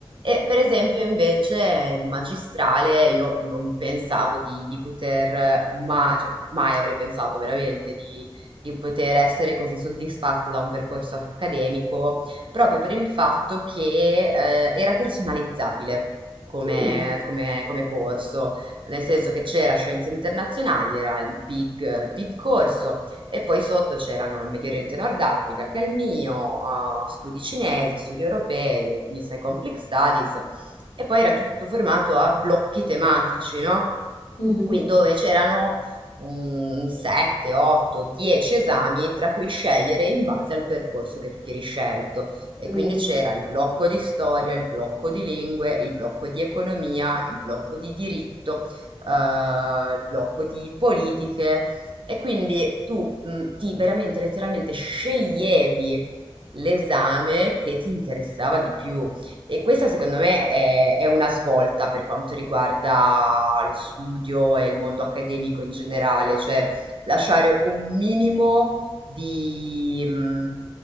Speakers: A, on the right; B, on the left.
A: E per esempio invece in magistrale io non pensavo di, di poter, ma, cioè, mai avrei pensato veramente di poter essere così soddisfatta da un percorso accademico, proprio per il fatto che eh, era personalizzabile come,
B: Mm.
A: come- come corso, nel senso che c'era Scienze Internazionali, era il big, big corso, e poi sotto c'erano il Medio Oriente e Nord Africa, che è il mio, eh, studi cinesi, studi europei, e Peace and Conflict Studies, e poi era tutto formato a blocchi tematici, no?
B: Mh-mh,
A: Quindi dove c'erano un 7, 8, 10 esami tra cui scegliere in base al percorso che tu ti eri scelto. E
B: mh-mh,
A: quindi c'era il blocco di storia, il blocco di lingue, il blocco di economia, il blocco di diritto, eh, il blocco di politiche. E quindi tu mh, ti veramente letteralmente sceglievi l'esame che ti interessava di più. E questa secondo me è, è una svolta per quanto riguarda lo studio e il mondo accademico in generale, cioè lasciare un minimo di mh,